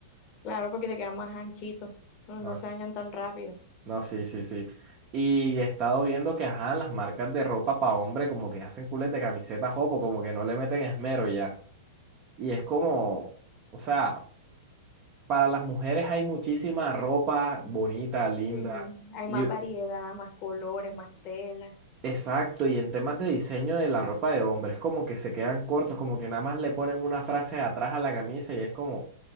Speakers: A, on the left; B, on the right.
A: Claro, porque te quedan más anchitos. No,
B: No,
A: no se
B: s-
A: dañan tan rápido.
B: no, sí, sí, sí. Y he estado viendo que, ajá, las marcas de ropa para hombre como que hacen cules de camisetas jopo, como que no le meten esmero ya. Y es como, o sea, para las mujeres hay muchísima ropa bonita, linda.
A: Sí, hay
B: Y,
A: más variedad, más colores, más tela.
B: Exacto, y en temas de diseño de la ropa de hombre, es como que se quedan cortos, como que nada más le ponen una frase atrás a la camisa y es como